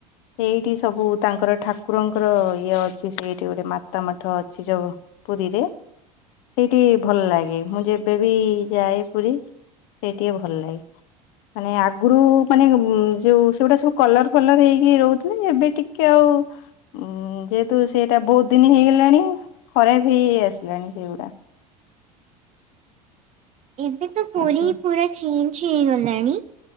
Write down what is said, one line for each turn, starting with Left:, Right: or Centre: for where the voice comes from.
Left: ସେଇଠି ସବୁ ତାଙ୍କର ଠାକୁରଙ୍କର ଇଏ ଅଛି ସେଇଠି ଗୋଟେ ମାତା ମଠ ଅଛି। ଯୋଉ ପୁରୀରେ ସେଇଠି ଭଲ ଲାଗେ। ମୁଁ ଯେବେବି ଯାଏ ପୁରୀ ସେଇ ଟିକେ ଭଲ ଲାଗେ। ମାନେ ଆଗରୁ ମାନେ ଯୋଉ ସେଗୁଡ଼ା ସବୁ କଲର୍ ଫଲର ହେଇକି ରହୁଥିଲେ। ଏବେ ଟିକ୍ କେ ଆଉ ଉଁ ଯେହେତୁ ସେଇଟା ବହୁତ ଦିନି ହେଇଗଲାଣି ଖରାପ ହେଇ ହେଇ ଆସିଲାଣି ସେଗୁଡା।
Right: ଏବେ ତ ପୁରୀ
Left: ଆଛା
Right: ପୁରା ଚେଞ୍ଜ ହେଇଗଲାଣି